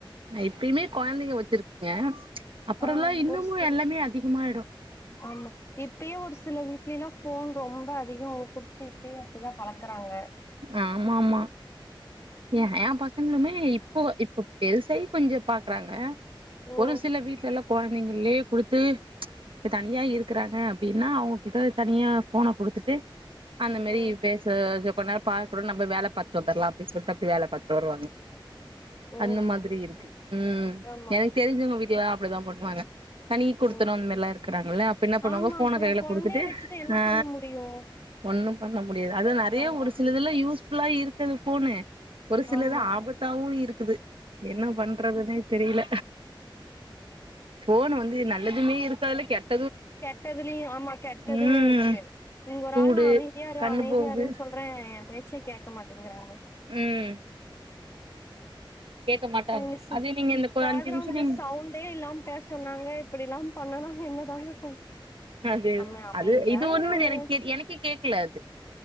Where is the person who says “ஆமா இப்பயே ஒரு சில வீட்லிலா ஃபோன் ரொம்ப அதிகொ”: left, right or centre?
Left